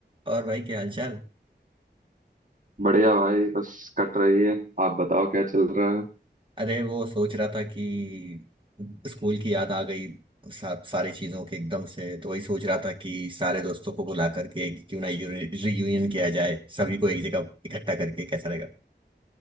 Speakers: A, on the right (about 30°); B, on the right (about 45°).
A: और भाई क्या हालचाल
B: बढ़िया भाई बस कट रही है आप बताओ क्या चल रहा है
A: अरे वो सोच रहा था कि स्कूल की याद आ गई सा, सारी चीजों के एकदम से तो वही सोच रहा था कि सारे दोस्तों को बुला करके कि क्यों ना रियूनियन किया जाए सभी को एक जगह इकट्ठा करके कैसा रहेगा